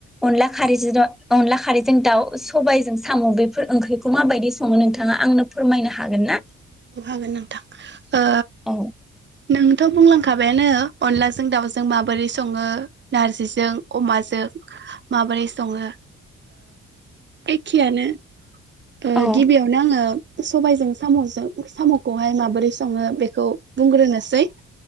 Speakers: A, in the centre; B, on the right.
A: अनला खारैजो अनला खारैजों दाउ सबायजों साम' बेफोर ओंख्रिखौ माबायदि सङो नोंथाङा आंनो फोरमायनो हागोन ना?
B: हाागोन नोंथां ओ
A: औ
B: नोंथ' बुंलां खाबायानो अनलाजों दाउजों माबोरै सङो नारजिजों अमाजों माबोरै सङो एखेयानो ओ
A: औ
B: गिबियावनो आङो सबायजों साम'जों साम'खौहाय माबोरै सङो बेखौ बुंग्रोनोसै